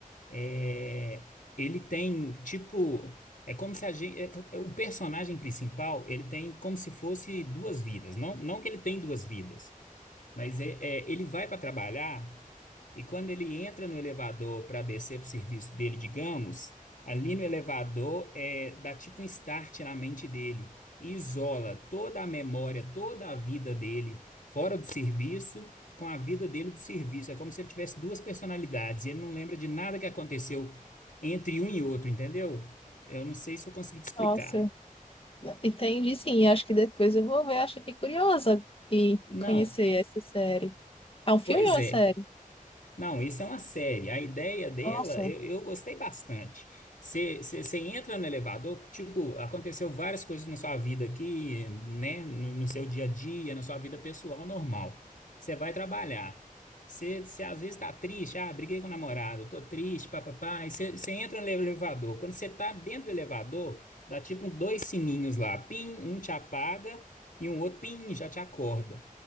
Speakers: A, on the left; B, on the left.
A: é, ele tem tipo é como se a gente, o personagem principal ele tem como se fosse duas vidas não não que ele tem duas vidas mas é- é, ele vai para trabalhar e quando ele entra no elevador para descer para o serviço dele, digamos, ali no elevador é, dá tipo um start na mente dele e isola toda a memória, toda a vida dele fora do serviço com a vida dele do serviço. É como se ele tivesse duas personalidades e ele não lembra de nada que aconteceu entre um e outro, entendeu? Eu não sei se eu consegui te explicar.
B: Nossa, entendi sim. Acho que depois eu vou ver, acho que fiquei curiosa em
A: Não,
B: conhecer essa série. É um filme
A: pois
B: ou é uma
A: é.
B: série?
A: Não, isso é uma série. A ideia dela,
B: Nossa,
A: eu, eu gostei bastante. Você entra no elevador, tipo, aconteceu várias coisas na sua vida aqui, né? No, no seu dia a dia, na sua vida pessoal normal. Você vai trabalhar. Você às vezes tá triste, ah, briguei com o namorado, tô triste, papapá. você você entra no elevador. Quando você tá dentro do elevador, dá tipo dois sininhos lá, pim, um te apaga e um outro, pim, já te acorda.